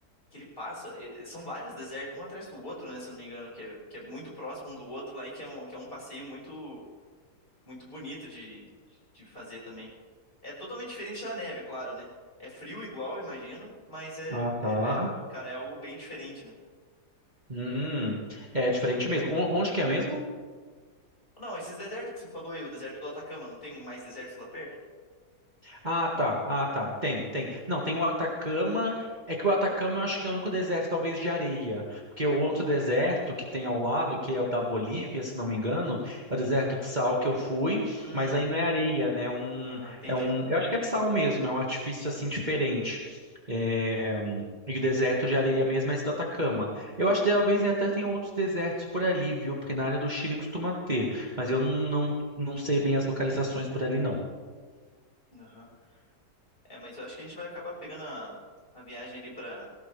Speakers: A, on the left; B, on the right.
A: que ele passa, é, é, são vários desertos, um atrás do outro, né, se eu não me engano, que é, que é muito próximo um do outro lá e que é um, que é um passeio muito, muito bonito de, de fazer também. É totalmente diferente da neve, é claro, né? É frio igual, imagino, mas é,
B: Ah,
A: é-
B: tá.
A: é- cara, é algo bem diferente, né?
B: Hum, é diferente mesmo. O- Onde que é mesmo?
A: Não, esses desertos que você falou aí, o deserto do Atacama, não tem mais desertos lá perto?
B: Ah, tá. Ah, tá. Tem, tem. Não, tem o Atacama. É que o Atacama eu acho que é o único deserto, talvez, de areia. Porque o
A: Uhum.
B: outro deserto que tem ao lado, que é o da Bolívia, se não me engano, é o deserto de sal que eu fui,
A: Hum,
B: mas aí não é areia, né? É um,
A: ah, entendi.
B: é um, eu acho que é sal mesmo, é um artifício assim diferente. É, E o deserto de areia mesmo é esse do Atacama. Eu acho que talvez até tem outros desertos por ali, viu? Porque na área do Chile costuma ter. Mas eu não, não, não sei bem as localizações por ali, não.
A: Uhum. É, mas eu acho que a gente vai acabar pegando a, a viagem ali pra